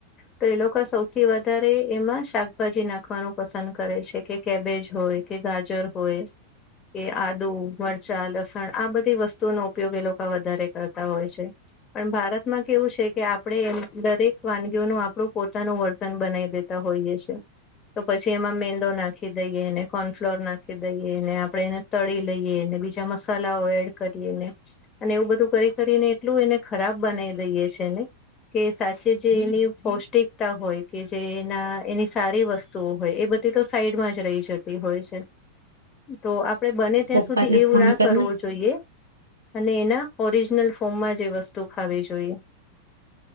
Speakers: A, on the left; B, on the right.
A: તો એ લોકો સૌથી વધારે એમાં શાકભાજી નાખ વાનુ પસંદ કરે છે, કે કેબેજ હોય કે ગાજર હોય કે આદુ, મરચા, લસણ, આ બધી વસ્તુઓનો ઉપયોગ એ લોકો વધારે કરતા હોય છે. પણ ભારત માં કેવું છે, કે આપડે એમ દરેક વાનગીઓનું આપણું પોતાનું વર્તન બનાવી દેતા હોઈએ છે. તો પછી એમાં મેંદો નાખી દઈએ ને કોર્નફ્લોર નાખી દઈએ ને આપડણે એને તળી લઈએ બીજા મસાલાઓ એડ કરીને અને એવું બધું કરી કરીને એટલું એને ખરાબ બનાવી દઈએ છે ન કે સાચે જે એની પૌષ્ટિકતા હોય કે જે એના એની સારી વસ્તુઓ હોય એ બધ સાઈડ મા જ રહી જ હોય તો આપ બ
B: પપ્પાને
A: સુધી એવું
B: ફોન
A: ના
B: કરીને
A: કરવું જોઈએ અને એના ઓરિજિનલ ફોર્મમાં જે વસ્તુ ખાવી જોઈએ